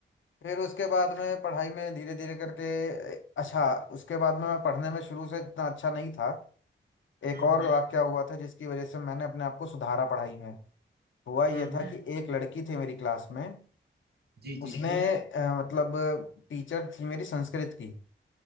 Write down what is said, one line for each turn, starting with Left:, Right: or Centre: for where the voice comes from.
Left: फिर उसके बाद में पढ़ाई में धीरे धीरे करके ए, अच्छा उसके बाद में मैं पढ़ने में शुरू से इतना अच्छा नहीं था एक
Right: हम्म
Left: और हम्म वाक्या हुआ था जिसकी वजह से मैंने अपने आप को सुधारा पढ़ाई में हुआ यह
Right: हम्म
Left: था कि एक लड़की थी मेरी क्लास में
Right: जी
Left: उसने
Right: जी जी
Left: अ, मतलब टीचर थी मेरी संस्कृत की